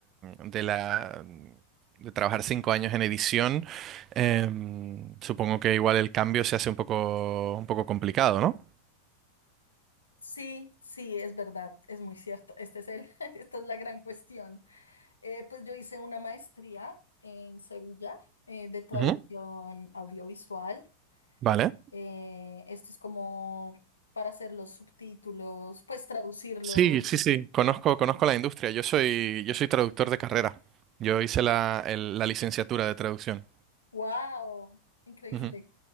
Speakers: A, on the right; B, on the left.
A: de la de trabajar cinco años en edición, em, supongo que igual el cambio se hace un poco, un poco complicado, ¿no?
B: Sí, sí, es verdad, es muy cierto. <laughs> Este es el, <laughs> esta es la gran cuestión. Eh, pues yo hice una maestría en Sevilla eh, de traducción
A: Ujú.
B: audiovisual.
A: Vale.
B: Eh, esto es como para hacer los subtítulos, pues traducirlo.
A: Sí, sí, sí, conozco, conozco la industria. Yo soy, yo soy traductor de carrera. Yo hice la, el- la licenciatura de traducción.
B: ¡Wow! Increíble.
A: Ujú.